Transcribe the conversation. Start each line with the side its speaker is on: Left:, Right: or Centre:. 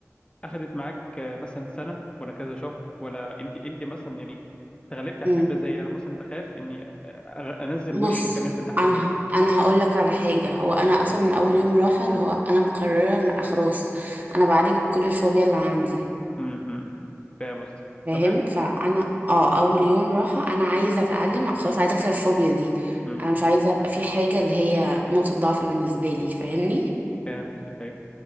Left: اخدت معاك آه، مثلا سنه ولا كذا شهر ولا انت انت مثلا يعني تغلبتي على
Right: امم
Left: الفكره ازاي لأن انا مثلا بخاف اني أ- أ- انزل وشي
Right: بص
Left: كامله تحت
Right: انا
Left: الميه
Right: ه... انا هقول لك على حاجه هو انا اصلا من اول يوم راحه اللي هو انا مقرره ان خلاص انا بعالج كل الفوبيا اللي عندي
Left: امم أمم، أمم. فاهم قصدك
Right: فاهم
Left: طب حلو
Right: فانا اه اول يوم راحه انا عايزه اتعلم خلاص عايزه اكسر الفوبيا دي
Left: امم
Right: انا مش عايزه ابقى في حاجه اللي هي نقطه ضعف بالنسبه لي فاهمني
Left: فاهم قصدك ايوه